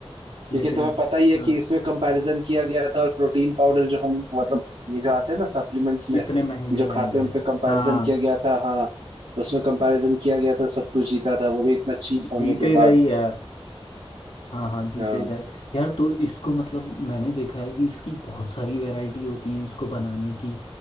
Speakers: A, on the right; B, on the left.
A: क्योंकि
B: लेकिन
A: तुम्हें पता ही है
B: हाँ,
A: कि इसमें कंपैरिजन किया गया था और प्रोटीन पाउडर जो हम मतलब ये जो आते हैं ना सप्लीमेंट्स में
B: इतने महंगे
A: जो
B: महंगे
A: खाते हैं उन पे कंपैरिजन
B: हाँ
A: किया गया था हाँ उसमें कंपैरिजन किया गया था सत्तू जीता था वो भी इतना चीप होने
B: जीतेगा
A: के बाद
B: ही यार हाँ हाँ जीतेगा
A: हाँ
B: ही। यार तो इसको मतलब मैंने देखा है कि इसकी बहुत सारी वैरायटी होती है इसको बनाने की